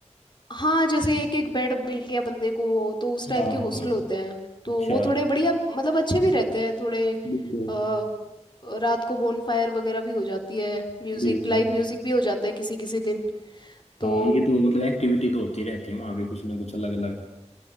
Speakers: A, on the left; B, on the left.
A: हाँ जैसे एक एक बेड मिल गया बंदे को तो उस टाइप
B: हाँ
A: के हॉस्टल
B: हाँ
A: होते हैं तो
B: अच्छा
A: वो थोड़े बढ़िया मतलब अच्छे भी रहते हैं थोड़े
B: बिल्कुल
A: अ, रात को बोनफायर वगैरह भी हो जाती है म्यूजिक
B: बिल्कुल
A: लाइव म्यूजिक भी हो जाता है किसी किसी दिन तो
B: हाँ ये तो मतलब एक्टिविटी तो होती रहती है वहाँ पे कुछ ना कुछ अलग अलग